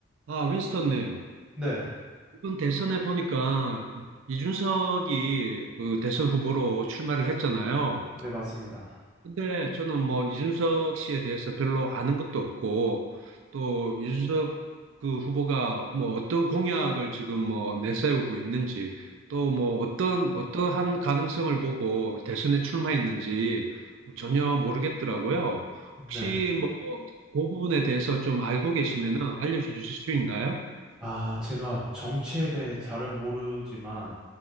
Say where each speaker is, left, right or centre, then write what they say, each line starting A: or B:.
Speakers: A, on the right; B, in the centre.
A: 아, 윈스턴님,
B: 네,
A: 이번 대선에 보니까 이준석이 그 대선 후보로 출마를 했잖아요.
B: 네, 맞습니다.
A: 근데 저는 뭐 이준석 씨에 대해서 별로 아는 것도 없고, 또 이준석 그 후보가 뭐 어떤 공약을 지금 뭐 내세우고 있는지, 또 뭐 어떤, 어떠한 가능성을 보고 대선에 출마했는지 전혀 모르겠더라고요.
B: 네.
A: 혹시 뭐 그 부분에 대해서 좀 알고 계시면은 알려주실 수 있나요?
B: 아, 제가 정치에 대해 잘은 모르지만,